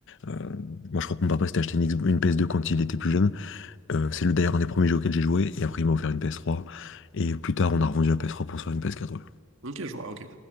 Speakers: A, on the left (about 60°); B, on the right (about 60°).
A: Euh, moi je crois que mon papa s'était acheté une, X- une PS2 quand il était plus jeune. Euh, c'est le d'ailleurs un des premiers jeux auxquels j'ai joué et après il m'a offert une PS3. Et plus tard on a revendu la PS3 pour se faire une PS4. ouais.
B: Ok, je vois, ok.